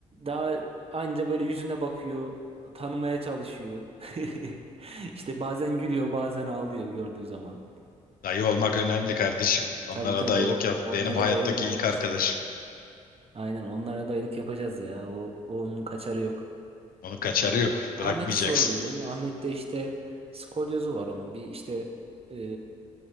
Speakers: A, on the right; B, on the left.
A: Daha anca böyle yüzüne bakıyor, tanımaya çalışıyor. <laughs> İşte bazen gülüyor, bazen ağlıyor gördüğü zaman.
B: Dayı olmak önemli kardeşim. Onlara
A: Tabii tabii
B: dayılık
A: o,
B: yap.
A: onlara
B: Benim hayattaki
A: dayılık yapacağız.
B: ilk arkadaşım.
A: Aynen onlara dayılık yapacağız ya. O onun kaçarı yok.
B: Onun kaçarı yok.
A: Ahmet'i
B: Bırakmayacaksın.
A: sorduydun. Ahmet'te işte skolyozu var onun. Bir işte e,